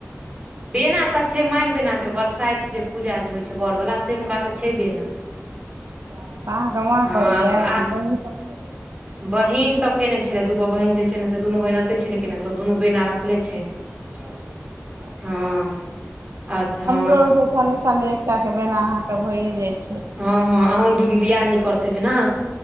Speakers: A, on the right; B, on the right.
A: <inaudible> बेना तऽ छै मारि बेना छै, बरसाइत जे पूजा जे होइ छै बरवला से का तऽ छै बेना।
B: अहाँ के मा
A: हँ
B: करैये
A: आब आ
B: कि अहुं सब। करैया
A: बहिन सब केने छलै दूगो बहीन जे छै ने से दुनू बहिन अते छलै के तऽ दुनू बेना रखले छै। <inaudible>
B: अच्छा,
A: हँ अच्छा
B: हमरो आरके साले साले एकटा बेना अहाँके भइये जाइ छै।
A: हँ हँ अहुं दुनु दियादनी करैत हेबै ने।